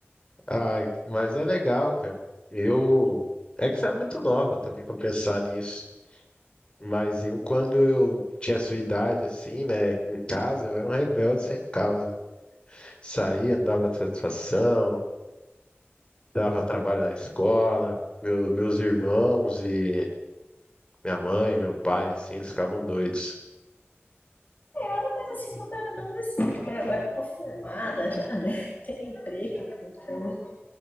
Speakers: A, on the left; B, on the left.
A: ai, mas é legal, cara. Eu, é que você era muito nova também para pensar nisso. Mas eu, quando eu tinha sua idade, assim, né, em casa, eu era um rebelde sem causa. Saía, não dava satisfação, dava trabalho na escola, meu, meus irmãos e minha mãe, meu pai, assim, eles ficavam doidos.
B: Eu era mais assim quando era adolescente, mas agora eu tô formada já, né? <laughs> Tem emprego, então,